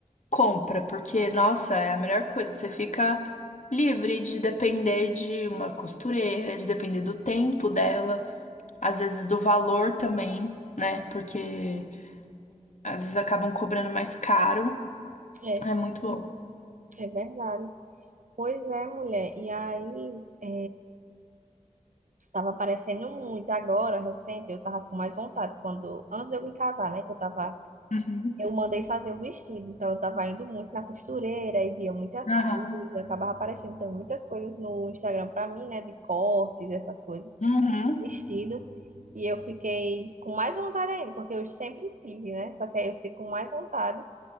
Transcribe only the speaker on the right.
É,
é verdade. Pois é, mulher. E aí, é, Tava aparecendo muito agora, recente, eu tava com mais vontade quando, antes de eu me casar, né, que eu tava,
eu mandei fazer o vestido, então eu tava indo muito na costureira e via muitas
coisas, acabava aparecendo também muitas coisas no Instagram pra mim, né, de cortes, essas coisas.
vestido. E eu fiquei com mais vontade ainda, porque eu sempre tive, né? Só que aí eu fiquei com mais vontade.